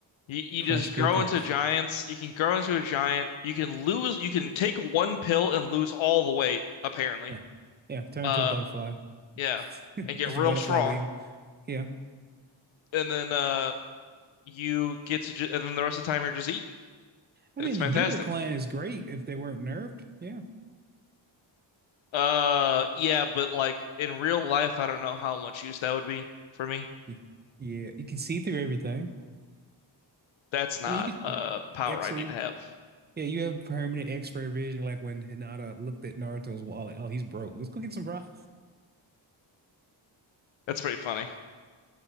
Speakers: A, on the left; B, on the right.
A: you, you
B: crush
A: just
B: people.
A: grow into giants. You can grow into a giant. You can lose. You can take one pill and lose all the weight, apparently.
B: Yeah, yeah. Turn
A: Uh,
B: to a butterfly.
A: yeah,
B: <laughs> Get
A: and get real
B: your butterfly
A: strong.
B: wing. Yeah.
A: and then uh you get to ju- and then the rest of the time you're just eating.
B: I
A: It's
B: mean, the
A: fantastic.
B: Yuga clan is great if they weren't nerfed. Yeah.
A: Uh yeah, but like in real life I don't know how much use that would be for me.
B: Y- Yeah. You can see through everything.
A: That's not
B: I mean, you can
A: a power
B: X-ray.
A: I need to have.
B: Yeah, you have permanent X-ray vision, like when Hinata looked at Naruto's wallet. Oh, he's broke. Let's go get some broth.
A: That's pretty funny.